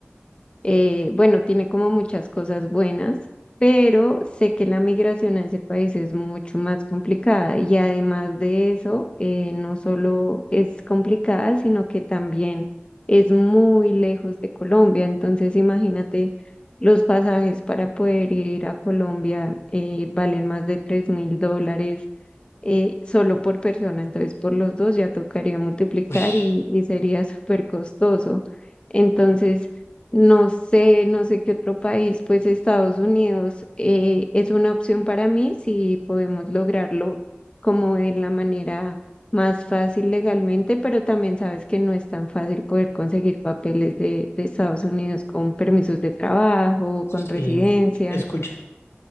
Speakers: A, on the left (about 25°); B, on the left (about 80°).
A: eh, bueno, tiene como muchas cosas buenas, pero sé que la migración a ese país es mucho más complicada y además de eso, eh, no solo es complicada, sino que también es muy lejos de Colombia. Entonces, imagínate, los pasajes para poder ir a Colombia eh, valen más de tres mil dólares eh, solo por persona. Entonces, por los dos ya tocaría multiplicar
B: Ush,
A: y, y sería súper costoso. Entonces, no sé, no sé qué otro país, pues Estados Unidos eh, es una opción para mí si podemos lograrlo como de la manera más fácil legalmente, pero también sabes que no es tan fácil poder conseguir papeles de, de Estados Unidos con permisos de trabajo,
B: sí,
A: con residencia.
B: he escuchado